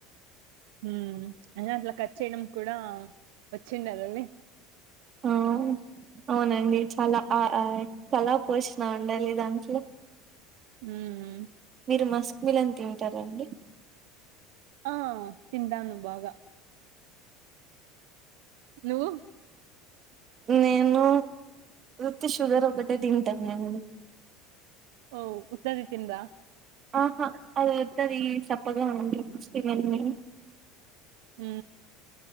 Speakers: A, on the right; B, on the right.
A: హ్మ్ అయినా అట్లా కట్ చేయడం కూడా వచ్చి ఉండాలిలే.
B: ఆ. అవునండి చాలా ఆ కళా పోషణా ఉండాలి దాంట్లో.
A: హ్మ్.
B: మీరు మస్క్ మిలన్ తింటారండి.
A: ఆ తింటాను బాగా. నువ్వు.
B: నేను. ఉత్తి షుగర్ ఒకటే తింటాను అండి
A: ఓ ఉత్తది తిన్రా
B: ఆహా అది అత్తది సప్ ప్పగాడి తన్న
A: హ